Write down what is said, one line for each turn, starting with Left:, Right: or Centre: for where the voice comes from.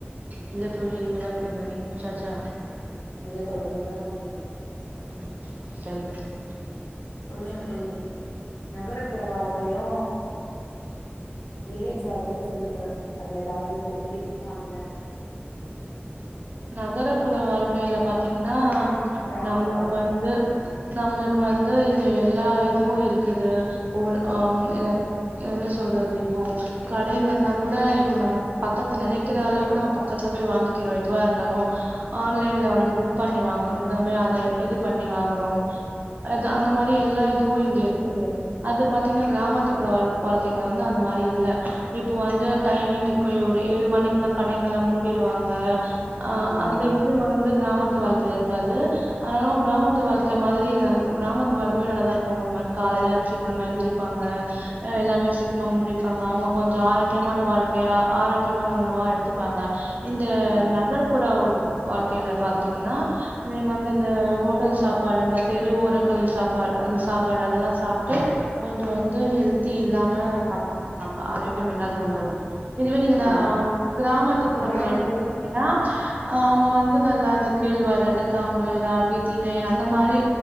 Right: இல்ல தோழி இனிமேதா குடிக்கனு நீங்க குடிச்சாச்சா
Left: இல்ல தோழி இனிமேதா குடி
Right: ம் சரிங்க தோழி
Left: சொல்லுங்க தோழி, நகரபுற வாழ்க்கையு வில்லேஜ் வாழ்க்கையு சொல்லுங்க அதுல ஏதாவது எப்டி இருக்கு அதுல
Right: நகரப்புற வாழ்க்கையில பாத்தீங்கன்னா
Left: கிராமத்து
Right: நம்ளுக்கு
Left: வாழ்க்க
Right: வந்து
Left: ம்
Right: நம்ளுக்கு வந்து எல்லா இதுவு இருக்குது உல் ஆம் எ என்ன சொல்றது இப்போ கடைங்கல்லாக்கூட இப்போ நம்ம பக்கத்து நெனைக்கிற அளவுக்கு நம்ம பக்கத்துல போய் வாங்கிக்கிறோ எதுவாருந்தாலு ஆன்லைன்ல வந்து புக் பண்ணி வாங்க எதுமே அது இது பண்ணி வாங்கறோ அது அந்த மா எல்லா இதுவு இங்க இருக்குது அது பாத்தீங்ன்னா கிராமத்துபுற வாழ் வாழ்க்கைங்கல வந்து அந்த மாரி இல்ல இப்போ வந்து டைமிங் இருக்கு ஒரு ஏழு மணிக்குல்ல கடைங்கள்லா மூடிருவாங்க அஹ்
Left: ஆமாம்
Right: அந்த இது வந்து கிராமத் து வாழ்க்கையில இருக்காது ஆனாலு கிராமத்து வாழ்க்க மாரி நல் கிராமத்து வாழ்க்கையுநல்லாதா இருக்கு ஒரு மாரி காலைல சீக்கிரமா எழுந்திரிப்பாங்க எல்லாமே சீக்கிரமா முடிப்பாங்க அவங்க கொஞ்சோ ஆரோக்கியமான வாழ்க்கையா ஆரோக்கியமான உணவா எடுத்துப்பாங்க இந்த
Left: ஆமாம்
Right: ந <unintelligible> வாழ்க் ல்ல பாத்தீங்ன்னா நீங்க வந்து இந்த ஓட்டல் சாப்ப ப்பாடுங்க தெரு ஓரங்க்களில் சாப்பாட் அந்த சாப்பாடு அதெல்லா சாப்ட்டு கொஞ்சோ வந்து ஹெல்தி இல்லாம சாப்டுட்ருக்காங்க ஆரோக் கியம் இல்லாத
Left: ஆமா
Right: உணவு இதுவே நீங்க இந
Left: ஆமா
Right: ஆ ம் கிராமத்துப்புறங்கல்ல
Left: கிராமத்து
Right: எடுத்துக்கிட்டீங்கன்னா அவுங்க வந்து நல்லா இந்த கேழ்வரகு, கம்பு, ராகி, தினண அந்த மாரி